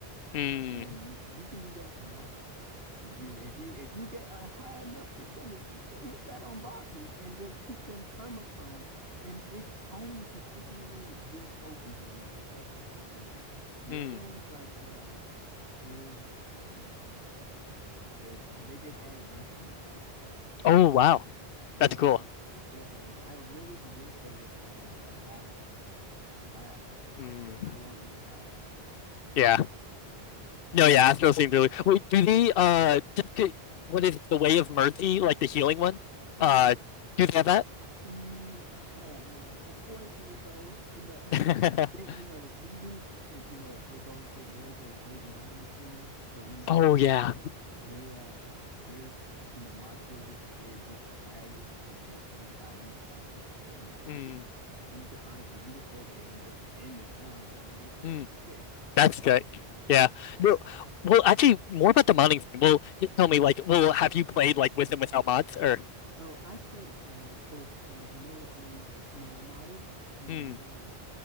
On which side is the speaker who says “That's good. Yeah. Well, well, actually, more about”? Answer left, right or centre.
Left